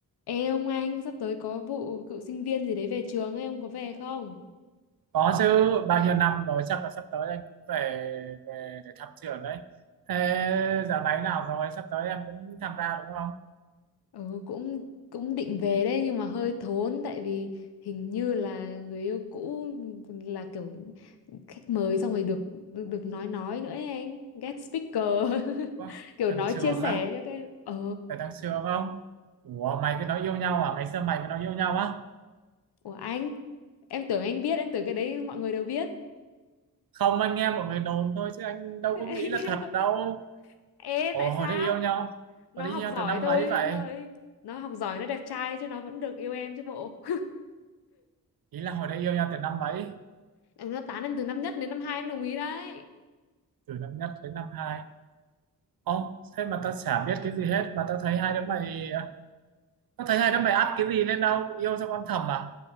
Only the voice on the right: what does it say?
Có chứ, bao nhiêu năm rồi chắc là sắp tới anh cũng về về để thăm trường đấy. Thế dạo này nào rồi, sắp tới em cũng tham gia đúng không?
Ủa,
thằng
trường
á,
phải thằng trường không? Ủa, mày với nó yêu nhau à? Ngày xưa mày với nó yêu nhau á?
Không, anh nghe mọi người đồn thôi chứ anh đâu
có nghĩ là
thật đâu.
Ồ,
hồi
đấy yêu nhau,
hồi đấy
yêu nhau
từ năm
mấy vậy?
Ý là hồi đấy yêu nhau từ năm mấy?
Từ năm nhất đến năm hai. Ồ, thế mà tao chả biết cái gì hết mà tao thấy hai đứa mày à, có thấy hai đứa mày up cái gì lên đâu yêu xong âm thầm à